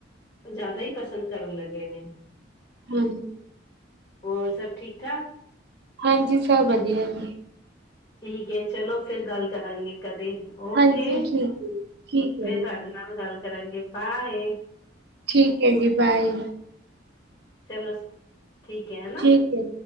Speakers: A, on the left; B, on the right.
A: ਜ਼ਿਆਦਾ ਹੀ ਪਸੰਦ ਕਰਨ ਲੱਗੇ ਨੇ
B: ਹਾਂਜੀ
A: ਔਰ ਸਭ ਠੀਕ ਠਾਕ
B: ਹਾਂਜੀ ਸਭ ਵਧੀਆ ਜੀ
A: ਠੀਕ ਹੈ ਚਲੋ ਫਿਰ ਗੱਲ ਕਰਾਂਗੇ ਕਦੇ ਓਕੇ
B: ਹਾਂਜੀ ਠੀਕ ਹੈ, ਠੀਕ
A: ਫੇਰ
B: ਹੈ ਜੀ,
A: ਧਨ ਕਲ ਗੱਲ ਕਰਾਂਗੇ ਬਾਏ
B: ਠੀਕ ਐ ਜੀ ਬਾਏ
A: ਚਲੋ ਠੀਕ ਐ ਹਨਾ
B: ਠੀਕ ਹੈ।